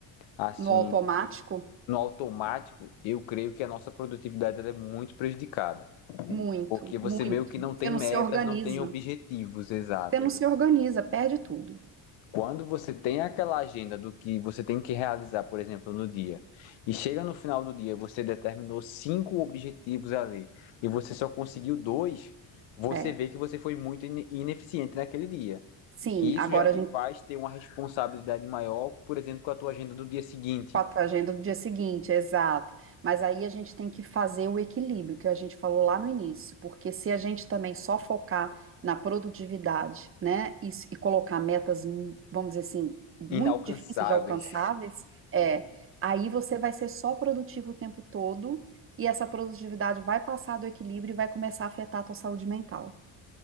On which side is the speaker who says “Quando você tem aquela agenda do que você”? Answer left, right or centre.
Left